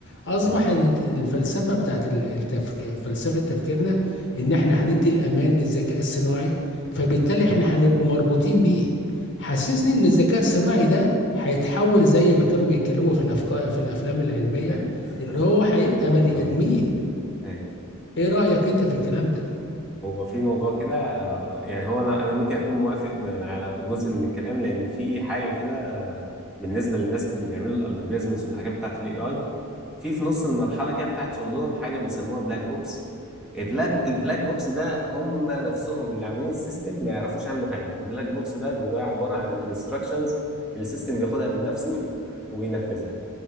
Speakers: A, on the left; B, in the centre.
A: اصبح
B: ايوه
A: ان الفلسفه بتاعت ال- التفك... فلسفه تفكيرنا ان احنا هندي الامان للذكاء الصناعي فبالتالي
B: مم.
A: احنا هنبقوا مربوطين بيه حسسني ان الذكاء الصناعي ده هيتحول زي ما كانوا بيتكلموا في الافكار في الافلام العلميه
B: افلام <laughs>
A: ان هو هيبقى بني
B: اه
A: ادمين
B: ايوه
A: ايه رايك انت في الكلام ده
B: هو في موضوع كده ه- يعني هو انا انا ممكن اكون موافق ب- على جزء من الكلام لان في حاجه كده بالنسبه للناس اللي بيعملوا الالجوريزمز والحاجات بتاعت الاي اي في في نص المرحله كده بتاعت شغلهم حاجه بيسموها بلاك بوكس البلاك البلاك بوكس ده هم نفسهم اللي عاملين السيستم ما يعرفوش عنه حاجه البلاك بوكس ده جواه عباره عن انستراكشنز السيستم بياخدها من نفسه <laughs> وبينفذها